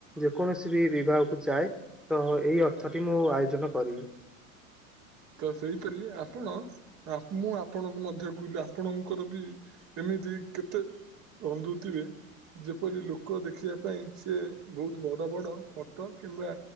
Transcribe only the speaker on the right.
ତ, ସେଇପରି ଆପଣ ମୁଁ ଆପଣଙ୍କୁ ମଧ୍ୟ କହିଲି, ଆପଣଙ୍କର ବି ଏମିତି କେତେ ବନ୍ଧୁ ଥିବେ? ଯେପରି ଲୋକ ଦେଖିବା ପାଇଁ ସିଏ ବହୁତ ବଡ଼ ବଡ଼ ଫଟୋ କିମ୍ବା।